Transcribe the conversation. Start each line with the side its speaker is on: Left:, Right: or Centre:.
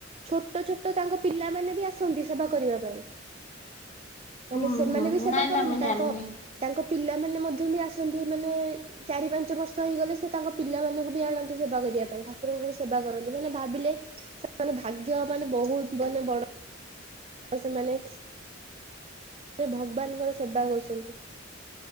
Right: ଛୋଟ ଛୋଟ ତାଙ୍କ ପିଲାମାନେ ବି ଆସନ୍ତି ସେବା କରିବା ପାଇଁ। ମାନେ
Left: ହୁଁ
Right: ସେମାନେ
Left: ହୁଁ।
Right: ବି ସେବା
Left: ନାଇଁ
Right: କରନ୍ତି,
Left: ନାଇଁ ମୁଁ
Right: ତାଙ୍କ
Left: ଜାଣିନି
Right: ତାଙ୍କ ପିଲାମାନେ ମଧ୍ୟ ବି ଆସନ୍ତି ମାନେ ଚାରି ପାଞ୍ଚ ବର୍ଷ ହେଇଗଲେ ସେ ତାଙ୍କ ପିଲାମାନଙ୍କୁ ବି ଆଣନ୍ତି ସେବା କରିବା ପାଇଁ, ଠାକୁରଙ୍କର ସେବା କରନ୍ତି ମାନେ ଭାବିଲେ ସେ ମାନେ ଭାଗ୍ୟ ମାନେ ବହୁତ ମାନେ ବଡ ଆଉ ସେମାନେ ଭଗବାନଙ୍କର ସେବା କରୁଛନ୍ତି।